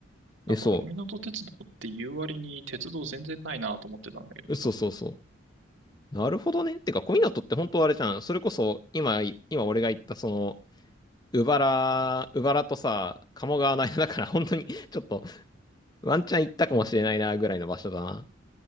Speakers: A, on the left (about 20°); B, on the right (about 70°).
A: え、
B: なんか、
A: そ
B: 小湊鉄道って言う割に鉄道全然ないなと思ってたんだけどさ。
A: う。そうそうそう。なるほどね。てか、小湊って本当はあれじゃん。それこそ、今、今俺が言ったその、うばら原、うばらとさ、鴨川の間だから、本当に、ちょっと、ワンチャン行ったかもしれないな、ぐらいの場所だな。